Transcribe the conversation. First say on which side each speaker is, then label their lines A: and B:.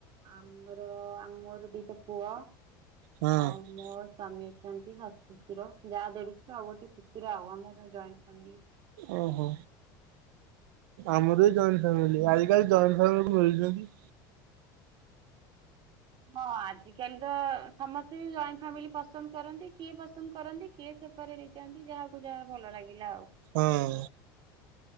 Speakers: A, on the right; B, on the right.
A: ଆମର ଆ ମୋର ଦିଟା ପୁଅ
B: ହଁ।
A: ଆଉ ମୋ ସ୍ଵାମୀ ଅଛନ୍ତି ଶାଶୁ ଶଶୁର ଯାଆ ଦେଢ଼ସୁର ଆଉ ଗୋଟେ ପୁତୁରା ଆଉ ଆମର ଜଏଣ୍ଟ ଫ୍ୟାମିଲି।
B: ଓହୋ। ଆମର ବି ଜଏଣ୍ଟ ଫାମିଲି ଆଜି କାଲି ଜଏଣ୍ଟ ଫ୍ୟାମିଲି କୋଉ ମିଳୁଚନ୍ତି।
A: ହଁ ଆଜିକାଲି ତ ସମସ୍ତେ ଜଏଣ୍ଟ ଫ୍ୟାମିଲି ପସନ୍ଦ କରନ୍ତି କିଏ ପସନ୍ଦ କରନ୍ତି କିଏ ସେ <inaudible> ହେଇଯାଆନ୍ତି ଯାହାକୁ ଯାହା ଭଲ ଲାଗିଲା ଆଉ
B: ହଁ।